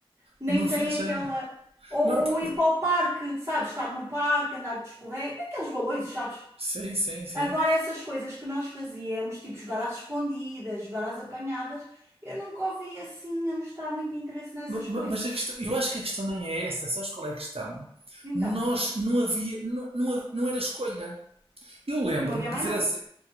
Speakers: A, on the right; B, on the right.
A: Nem
B: o meu filho
A: tem
B: já.
A: aquela. Ou,
B: Não, pois-
A: ou ir para o parque, sabes? Estar no parque, andar de escorrega, aqueles balões, sabes?
B: Sim, sim, sim.
A: Agora, essas coisas que nós fazíamos, tipo jogar às escondidas, jogar às apanhadas, eu nunca ouvi assim a mostrar muito interesse nessas
B: Ma-
A: coisas.
B: ma- Mas a questão, eu acho que a questão nem é essa, sabes qual é a questão?
A: Então,
B: Nós não havia, não, não, ha- não era escolha. Eu lembro-me,
A: não havia
B: quer
A: mais
B: dizer assim,